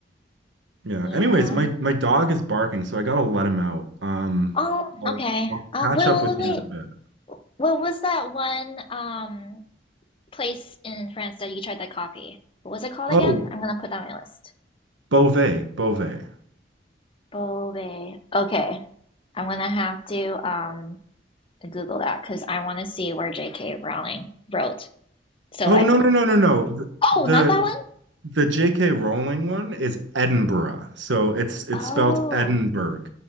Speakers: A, on the right (about 80°); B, on the left (about 30°).
A: yeah.
B: Yeah.
A: Anyways, my my dog is barking, so I gotta let him out. Um
B: Oh,
A: I'll,
B: okay.
A: I'll
B: Um,
A: catch
B: wait,
A: up
B: wait,
A: with
B: wait,
A: you
B: wait.
A: in a bit.
B: What was that one um place in France that you tried that coffee? What was it called
A: Oh,
B: again? I'm gonna put that on my list.
A: Beauvais, Beauvais.
B: Beauvais. Okay, I'm gonna have to um Google that because I want to see where J.K. Rowling wrote. So
A: Oh
B: I.
A: no no no no no. The, the
B: Oh, not that one.
A: The J.K. Rowling one is Edinburgh. So it's it's
B: Oh.
A: spelled Edinburgh.